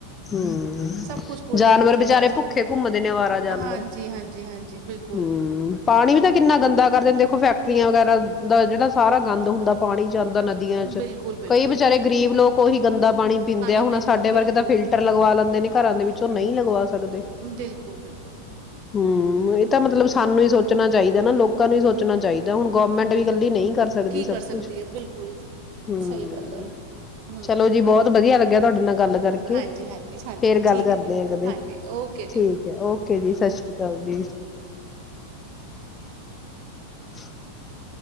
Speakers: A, on the left; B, on the right.
A: ਹਮ
B: ਸਭ ਕੁਛ ਕੂੜੇ
A: ਜਾਨਵਰ
B: ਦੇ ਵਿੱਚ ਜਾ
A: ਬੇਚਾਰੇ
B: ਰਿਹਾ ਅੱਜ
A: ਭੁੱਖੇ
B: ਕੱਲ
A: ਘੁੰਮਦੇ ਨੇ ਅਵਾਰਾ ਜਾਨਵਰ
B: ਹਾਂਜੀ ਹਾਂਜੀ ਹਾਂਜੀ ਬਿਲਕੁਲ
A: ਹਮ ਪਾਣੀ ਵੀ ਤਾਂ ਕਿੰਨਾ ਗੰਦਾ ਕਰਦੇ ਨੇ ਦੇਖੋ ਫੈਕਟਰੀਆਂ ਵਗੈਰਾ ਦਾ ਜਿਹੜਾ ਸਾਰਾ ਗੰਦ ਹੁੰਦਾ ਪਾਣੀ ਚ ਜਾਂਦਾ ਨਦੀਆਂ ਚ
B: ਬਿਲਕੁਲ ਬਿਲਕੁਲ
A: ਕਈ ਵਿਚਾਰੇ ਗਰੀਬ ਲੋਕ ਉਹੀ ਗੰਦਾ ਪਾਣੀ ਪੀਂਦੇ ਆ ਹੁਣ
B: ਪੀਣ ਨੂੰ
A: ਸਾਡੇ
B: ਬਿਲਕੁਲ
A: ਵਰਗੇ ਤਾਂ ਫਿਲਟਰ ਲਗਵਾ ਲੈਂਦੇ ਨੇ ਘਰਾਂ ਦੇ ਵਿੱਚ ਉਹ ਨਹੀਂ ਲਗਵਾ ਸਕਦੇ
B: ਬਿਲਕੁਲ ਬਿਲਕੁਲ
A: ਹਮ ਇਹ ਤਾਂ ਮਤਲਬ ਸਾਨੂੰ ਹੀ ਸੋਚਣਾ ਚਾਹੀਦਾ ਨਾ ਲੋਕਾਂ ਨੂੰ ਹੀ ਸੋਚਣਾ ਚਾਹੀਦੈ ਤੇ ਹੁਣ ਗੌਰਮੈਂਟ
B: ਬਿਲਕੁਲ
A: ਵੀ ਇਕੱਲੀ ਨਹੀਂ ਕਰ ਸਕਦੀ
B: ਕੀ
A: ਸਭ
B: ਕਰ ਸਕਦੀ
A: ਕੁਛ
B: ਹੈ ਬਿਲਕੁਲ
A: ਹਮ
B: ਸਹੀ ਗੱਲ ਹੈ ਹਮ
A: ਚਲੋ ਜੀ ਬਹੁਤ ਵਧੀਆ ਲਗਿਆ ਤੁਹਾਡੇ ਨਾਲ। ਗੱਲ ਕਰਕੇ
B: ਹਾਂਜੀ ਹਾਂਜੀ ਹਾਂਜੀ
A: ਫੇਰ ਗੱਲ
B: ਠੀਕ
A: ਕਰਦੇ
B: ਹੈ ਜੀ
A: ਆ ਕਦੇ
B: ਹਾਂਜੀ ਓਕੇ ਜੀ
A: ਠੀਕ ਹੈ ਓਕੇ ਜੀ ਸਤਿ ਸ੍ਰੀ ਅਕਾਲ ਜੀ। <unintelligible>